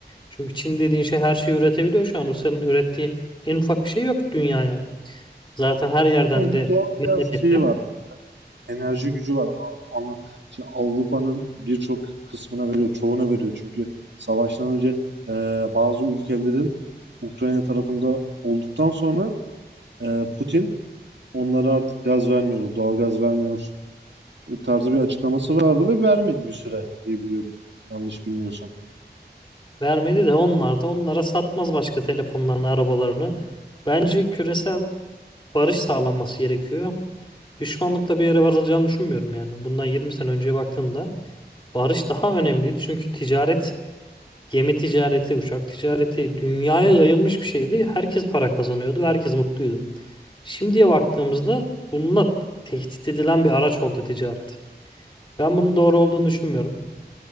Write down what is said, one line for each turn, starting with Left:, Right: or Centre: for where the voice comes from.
Left: Çünkü Çin dediğin şey her şeyi üretebiliyor şu an. Rusya'nın ürettiği en ufak bir şey yok dünyaya. Zaten her yerden
Right: Yani bir
Left: de
Right: doğal
Left: men
Right: gaz
Left: edildi.
Right: şeyi var. Enerji gücü var. A- Ana, şey, Avrupa'nın birçok kısmına veriyor. Çoğuna veriyor. Çünkü savaştan önce eee, bazı ülkelerin Ukrayna tarafında olduktan sonra eee, Putin onlara artık gaz vermiyoruz, doğal gaz vermiyoruz tarzı bir açıklaması vardı ve vermedi bir süre diye biliyorum. Yanlış bilmiyorsam.
Left: Vermedi de onlar da onlara satmaz başka telefonlarını, arabalarını. Bence küresel barış sağlanması gerekiyor. Düşmanlıkla bir yere varılacağını düşünmüyorum yani. Bundan 20 sene önceye baktığımda barış daha önemliydi. Çünkü ticaret, gemi ticareti, uçak ticareti dünyaya yayılmış bir şeydi. Herkes para kazanıyordu, ve herkes mutluydu. Şimdiye baktığımızda bununla tehdit edilen bir araç oldu ticaret. Ben bunun doğru olduğunu düşünmüyorum.